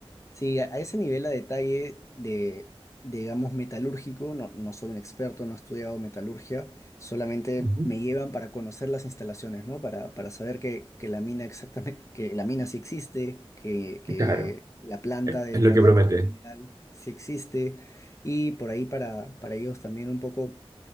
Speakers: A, on the left (about 30°); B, on the right (about 35°).
A: Sí, a, a ese nivel a detalle de, digamos, metalúrgico, no, no soy un experto, no he estudiado metalurgia, solamente
B: Ujú.
A: me llevan para conocer las instalaciones, ¿no? Para, para saber que, que la mina exactamente, que la mina sí existe, que, que
B: Claro,
A: la planta
B: e-
A: de
B: es
A: tratamiento
B: lo que promete.
A: mineral sí existe, y por ahí para, para ellos también un poco